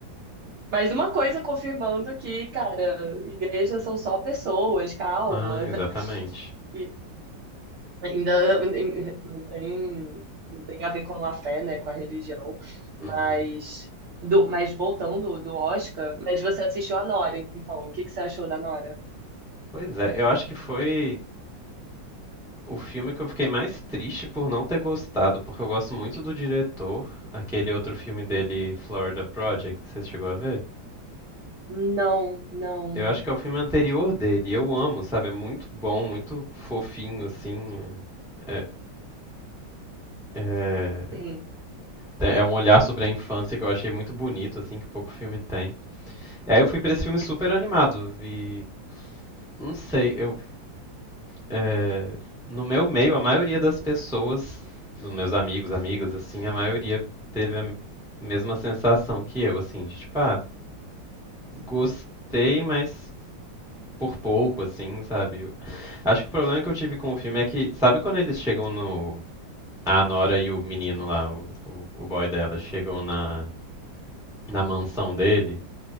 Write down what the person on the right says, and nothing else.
mais uma coisa confirmando que, cara, igrejas são só pessoas, calma.
<laughs> Ainda nem- não tem, não tem a ver com a fé, né, com a religião, mas
do, mas voltando do Oscar, mas você assistiu a Nora, então, o que que você achou da Nora?
Não, não,
sim,